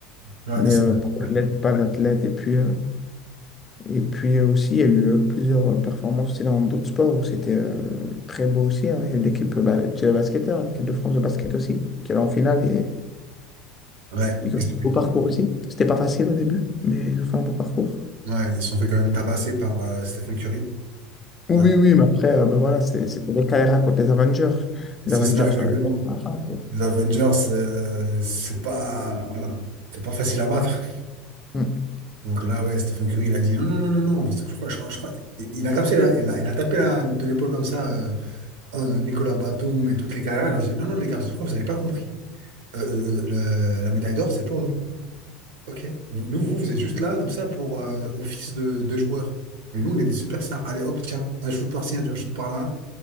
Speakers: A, on the right; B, on the left.
A: ouais,
B: Mais
A: c'est-
B: euh, pas d'athlète,
A: ouais.
B: pas d'athlète. Et puis, euh, et puis euh, aussi, il y a eu euh, plusieurs euh, performances aussi dans d'autres sports où c'était euh, très beau aussi. hein. Il y a eu l'équipe euh, bah, tu sais, basketteur, l'équipe de France de basket aussi, qui est en finale et,
A: Ouais,
B: et qui
A: ils
B: a fait
A: se
B: un beau parcours aussi. C'était pas facile au début, mais ils ont fait un beau parcours.
A: ouais, ils se sont fait quand même tabasser par euh, Stephen Curry.
B: Oui,
A: Hein.
B: oui, oui, mais après, euh, bah, voilà, c'est- c'était les KRA contre les Avengers.
A: C'est
B: Les Avengers
A: ça, exactement.
B: sur les- à la fin, quoi.
A: Les Avengers, euh, c'est pas, voilà, c'est pas facile à battre.
B: Mm.
A: Donc là, ouais, Stephen Curry, il a dit non, non, non, non, non. Parce que Je crois, je crois, je crois- il a capté, la- il a, il a tapé la, de l'épaule comme ça, euh, euh, Nicolas Batum et toutes les carrières. Il leur a dit non, non, les gars, je crois que vous avez pas compris. Euh, euh, euh, le- la médaille d'or, c'est pour nous. Ok. Nous, vous, vous êtes juste là, comme ça, pour euh, office de, de joueur. Mais nous, on est des superstars. Allez, hop, tiens, un shoot par-ci, un shoot par-là.